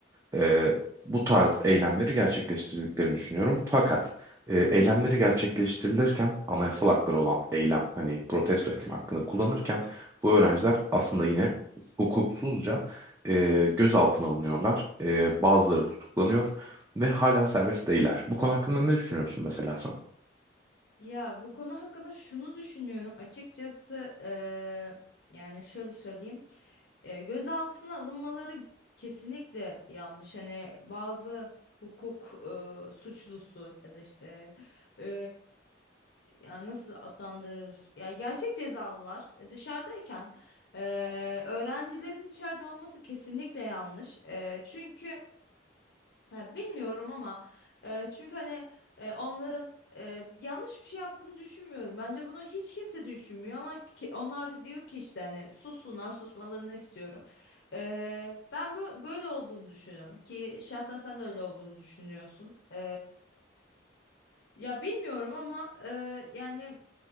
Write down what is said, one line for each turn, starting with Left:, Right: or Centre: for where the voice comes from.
Right: e, bu tarz eylemleri gerçekleştirdiklerini düşünüyorum. Fakat e, eylemleri gerçekleştirilirken anayasal hakları olan eylem hani protesto etme hakkını kullanırken bu öğrenciler aslında yine hukuksuzca e, gözaltına alınıyorlar. E, bazıları tutuklanıyor ve hala serbest değiller. Bu konu hakkında ne düşünüyorsun mesela sen?
Left: Ya bu konu hakkında şunu düşünüyorum açıkçası eee, yani şöyle söyleyeyim Eee, gözaltına alınmaları kesinlikle yanlış hani bazı hukuk eee, suçlusu ya da işte e, ya nasıl adlandırır? Ya gerçek cezalılar e, dışarıdayken e, öğrencilerin içeride olması kesinlikle yanlış. E, çünkü ya bilmiyorum ama e, çünkü hani e, onların e, yanlış bir şey yaptığını düşünmüyorum. Bence bunu hiç kimse düşünmüyor ama ki- onlar diyor ki işte hani sussunlar susmalarını istiyorum. E, ben bö- böyle olduğunu düşünüyorum ki şahsen sen de öyle olduğunu düşünüyorsun. E, ya bilmiyorum ama e, yani